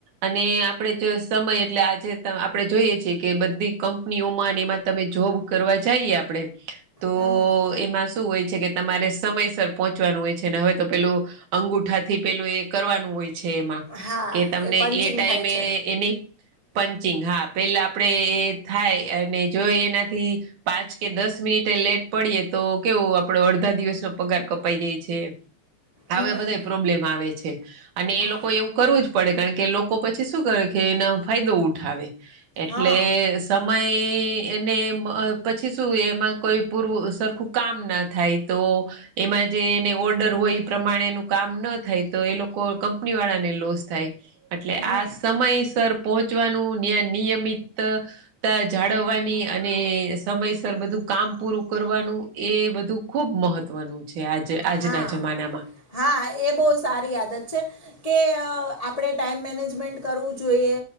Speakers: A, on the right; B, on the left.
A: અને આપણેે જો સમય એટલે આજે તા આપડી જોઈએ છીએ કે બધી કંપનીઓમાં ને એમાં તમે જોબ કરવા જઈએ આપડે તો
B: હમ
A: એમાં શું હોય છે કે તમારે સમય તા પહોંચવાનું હોય છે હવે તો પેલું અંગુઠા થી પેલું એ કરવાનું હોય છે. એમાં
B: હા
A: કે તમને
B: પંચિંગ
A: એ ટાઈમે
B: થાય છે
A: એ એની પંચિંગ હા પેલા આપડે એ થાય અને જો એનાથી પાંચ કે દસ મિનિટે લેટ પડીએ તો કેવું આપડો અડધા દિવસનો પગાર કપાઈ ગઈ છે. આ
B: હમ
A: બધા પ્રોબ્લેમ આવે છે અને એ
B: હા
A: લોકો એવું કરું જ પડે કારણ કે લોકો પછી શું કરે કે એનો ફાયદો ઉઠાવે એટલે
B: હા
A: સા સમય ને પછી શું એમાં કોઈ પૂરું સરખું કામ ના થાય તો એમાં જે એને ઓર્ડર હોય એ પ્રમાણે નું કામ ન થાય તો એ લોકો કંપની વાળાને લોસ થાય ટલે
B: હમ
A: આ સમય સર પહોંચવાનુંયા નિયમિત. તા જાળવવાની અને સમયસર બધું કામ પૂરું કરવાનું. એ બધું ખૂબ મહત્વનું છે આજ આજના
B: હા
A: જમાનામાં.
B: હા એ બહુ સારી આદત છે. કે આપડે ટાઈમ મેનેજમેન્ટ કરવું જોઈએ.